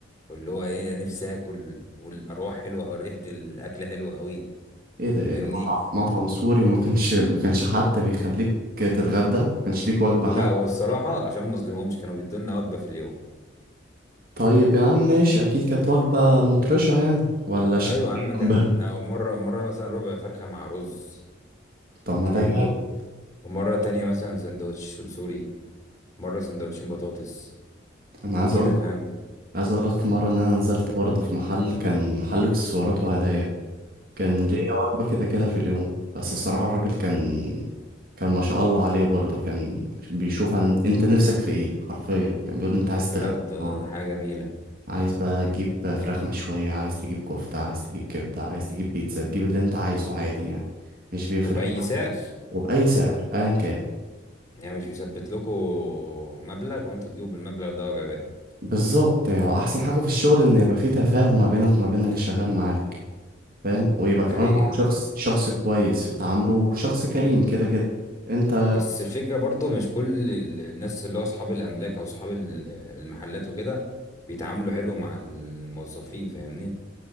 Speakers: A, on the left; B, on the right.
A: واللي هو ايه نفسي اكل والارواح حلوه او ريحه الاكل حلوه قوي
B: ايه ده ايه
A: فاهمني
B: ده مطعم مطعم سوري وما كانش ما كانش حتى بيخليك تتغدى ما كانش ليك وجبة حتى
A: لا هو الصراحه عشان ما اظلمهمش كانوا بيدونا وجبه في اليوم
B: طيب يا عم ماشي اكيد كانت وجبة مطرشة يعني ولا شدية
A: ايوه يا عم كان
B: بل
A: أو مره مره مثلا ربع فرخه مع رز
B: <laughs> طب ما
A: فاهمني
B: ده جامد
A: ومره تانية مثلا سندوتش سوري مره سندوتشين بطاطس
B: انا عايز
A: كده
B: اقول
A: فاهم
B: عايز اقول لك في مرة ان انا نزلت برضه في محل كان محل اكسسوارات وهدايا كان ليا وجبة كده كده في اليوم بس الصراحة الراجل كان كان ما شاء الله عليه برضه كان بيشوف أنا... انت نفسك في ايه حرفيا كان بيقول لي انت عايز
A: بجد
B: تتغدى
A: ده
B: النهاردة
A: ده حاجة جميلة
B: عايز بقى تجيب فراخ مشوية عايز تجيب كفتة عايز تجيب كبدة عايز تجيب بيتزا تجيب اللي انت عايزه عادي يعني مش بيفرق
A: وبأي
B: معاه
A: سعر
B: وبأي سعر أيا كان
A: يعني مش مثبت لكم مبلغ وانتوا تجيبوا بالمبلغ ده وجباء
B: بالظبط يعني هو أحسن حاجة في الشغل إن يبقى فيه تفاهم ما بينك وما بين اللي شغال معاك فاهم ويبقى
A: ده
B: كمان
A: حقيقة
B: هو شخص
A: ده
B: شخص كويس في تعامله وشخص كريم كده كده انت
A: بس الفكرة برضو مش كل ال- الناس اللي هو أصحاب الأملاك أو أصحاب ال- المحلات وكده بيتعاملوا حلو مع الموظفين فاهمني